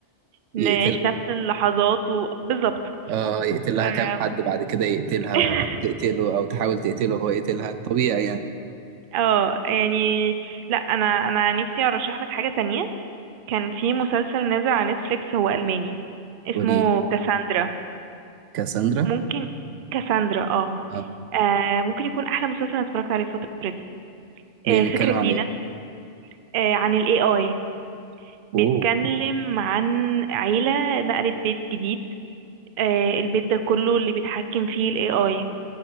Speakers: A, on the right; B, on the right.
A: نعيش
B: يقتل
A: نفس اللحظات وبالظبط
B: اه يقتل لها
A: اه
B: كام حد بعد كده يقتلها
A: <laughs>
B: تقتله او تحاول تقتله هو يقتلها الطبيعي يعني
A: آه، يعني لا انا انا نفسي ارشح لك حاجة تانية كان في مسلسل نازل على نتفليكس هو ألماني اسمه
B: وليد
A: كاساندرا
B: كاساندرا
A: ممكن كاساندرا اه
B: اه
A: آه، ممكن يكون احلى مسلسل انا اتفرجت عليه الفتره دي
B: ليه
A: آه،
B: بيتكلم
A: فكره
B: على
A: جديده
B: ايه
A: آه، عن الاي اي
B: اوه
A: بيتكلم عن عيله نقلت بيت جديد آه، البيت ده كله اللي بيتحكم فيه الاي اي